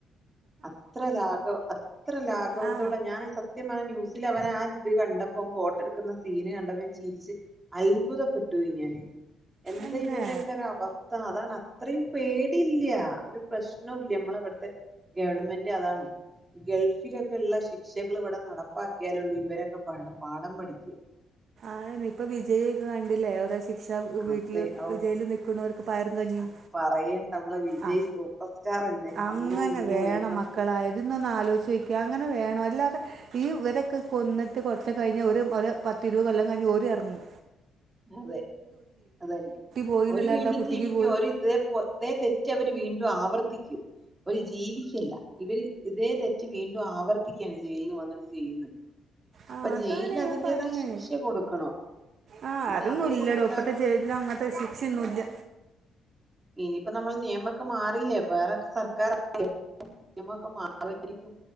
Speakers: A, on the right (about 20°); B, on the right (about 60°).
A: അത്ര ലാഘ് ലോ അ അത്ര ലാഘവത്തോടെ
B: ആ
A: ഞാന സ സത്യം പർന ന്യൂസിൽ അവൻ ആ ഇത് കണ്ടപ്പോ ഫോട്ടോ എടുക്കുന്ന സീന് കണ്ടപ്പോ ചിരിച്ച് അൽ അത്ഭുതപ്പെട്ടു പോയി ഞാന് എന്താ
B: എന്നെ
A: ഇവന്റെയൊക്കെ ഒരു അവസ്ഥ അതാണ് അത്രയും പേടിയില്ല ഒരു പ്രശ്നോല്ല ഇമ്മളെ ഇവിടുത്തെ ഗവൺമെന്റ് അതാണ് ഗൾഫിലൊക്കെ ഇള്ള ശിക്ഷകള് ഇവിടെ നടപ്പാക്കിയാലൊള്ളൂ ഇവരൊക്കെ പാ പാഠം പഠിക്കാ
B: അതന്നെ ഇപ്പ വിജയി ഒക്കെ കണ്ടില്ലേ ഓരോ സി പക്ഷ വീട്ടിൽ
A: അതെ ഔ
B: ജയില നക്കുന്നവർക്ക് പയറും കഞ്ഞിയും
A: അത് പറയണ്ട നമ്മളെ വിജയ്
B: ആ
A: സൂപ്പർ സ്റ്റാർ തന്നെ
B: അങ്ങനെ
A: അന്നും ഇന്നും
B: വേണം
A: എന്നും
B: മക്കളായതിന്നൊന്ന് ആലോചോക്ക അങ്ങനെ വേണ അല്ലാതെ ഈ ഇവരൊക്കെ കൊന്നിട്ട് കൊറച്ച് കഴിഞ്ഞാ ഒരു ഒര് പത്തിരുപത് കൊല്ലം ഞ്ഞ് ഓര് എറങ്ങും
A: അതെ അതല്ലെ
B: പോയി എന്നല്ലാണ്ട്
A: ഒരു വീണ്ടും
B: ആ കുട്ടിക്ക്
A: ജീവിക്കും
B: പോയി
A: ഒരു ഇതതേ തെ തെറ്റ് അവര് വീണ്ടും ആവർത്തിക്കും ഓല് ജീവിക്കല്ല ഇവര് ഇതേ തെറ്റ് വീണ്ടും ആവർത്തിക്കയാണ് ജയിൽന്ന് വന്നിട്ട് ചെയ്ന്നേ
B: ആ
A: അപ്പൊ
B: അതാണ്
A: ജയിൽന്ന്
B: ഞാൻ
A: അതിന്റേതായ
B: പറഞ്ഞേ
A: ശിക്ഷ കൊടുക്കണം.
B: ആ
A: ഇത്
B: അതൊന്നും
A: അത്
B: ഇല്ലടോ
A: കൊടുക്കാതെ
B: ഇപ്പത്തെ ചേലിൽ അങ്ങനത്തെ ശിക്ഷയൊന്നുംല്ല
A: ഇനിയിപ്പോ നമ്മൾ നിയമൊക്കെ മാറിയില്ലേ വേറെ സർക്കാർ നിയമൊക്കെ മാറരിക്കും